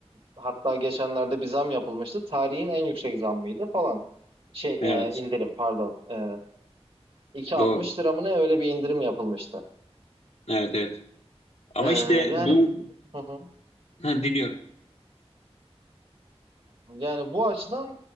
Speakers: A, on the right; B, on the left.
A: hatta geçenlerde bir zam yapılmıştı. Tarihin en yüksek zammıydı falan. Şey e,
B: Evet,
A: indirim pardon. E, iki altmış
B: doğru.
A: lira mı ne öyle bir indirim yapılmıştı.
B: Evet, evet. Ama
A: E,
B: işte
A: yani
B: bu
A: hı hı.
B: ha, dinliyorum.
A: Yani bu açıdan